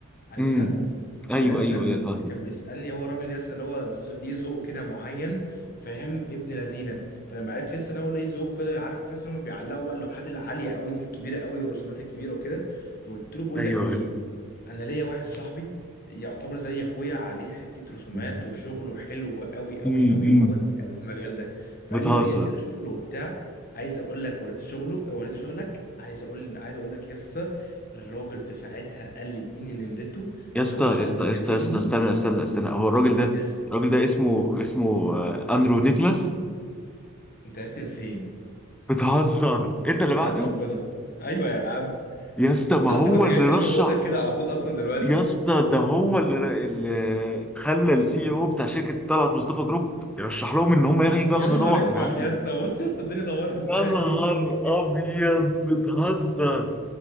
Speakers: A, on the left; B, in the centre.
A: عارفها
B: امم ايوه
A: فيسا
B: ايوه
A: كان
B: ايوه فاهم
A: كان بيسألني هو راجل يسا اللي هو ز- ليه ذوق كده معين فاهم ابن لذينه فلما عرفت يسا ان هو ليه ذوق كده عارف يسا ان هم بيعلقوا بقى اللوحات العاليه قوي دي الكبيره قوي الرسومات الكبيره وكده فقلت له بقول
B: ايوه
A: لك ايه
B: ايوه
A: انا ليا واحد صاحبي يعتبر زي اخويا عليه حته رسومات
B: مم.
A: وشغله حلو قوي قوي
B: امم
A: قوي
B: امم
A: وهو تقيل قوي في المجال ده فقال
B: بتهزر
A: لي وريني كده شغله وبتاع عايز اقول لك وريته شغله وريته شغلك عايز اقول عايز اقول لك يسا الراجل في ساعتها قال لي اديني نمرته
B: يا اسطى
A: أخ- وخليه
B: يا اسطى
A: يكلمني
B: يا اسطى يا اسطى استنى استنى استنى هو الراجل ده
A: يس
B: الراجل ده اسمه اسمه آه، اندرو نيكلاس
A: انت عرفت من فين
B: بتهزر انت اللي بعته
A: حياة ربنا ايوه يا عم
B: يا اسطى ما
A: انا
B: هو
A: اصلا كنت جاي
B: اللي
A: اكلمك
B: رشح
A: اقول لك كده على طول اصلا دلوقتي
B: يا اسطى ده هو اللي اللي خلى السي او بتاع شركه طلعت مصطفى جروب يرشح لهم ان هم يجوا ياخدوا
A: يا نهار
B: لوح
A: اسوح
B: من عندي
A: يا اسطى بص يا اسطى الدنيا دوارة ازاي
B: يا نهار
A: <laughs>
B: ابيض بتهزر